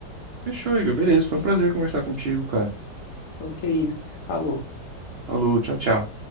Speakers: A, on the right; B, on the left.
A: Fechou, Igor. Beleza, foi um prazer conversar contigo, cara.
B: Então, que é isso. Falou.
A: Falou, tchau, tchau.